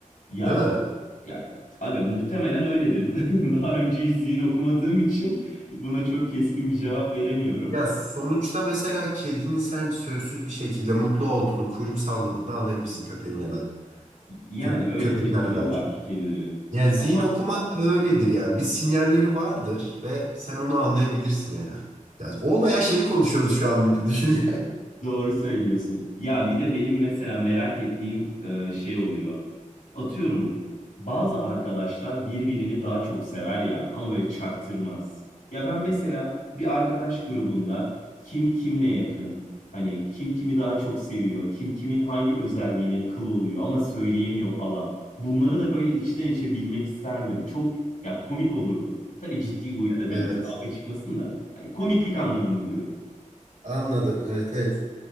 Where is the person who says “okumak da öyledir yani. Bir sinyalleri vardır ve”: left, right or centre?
Right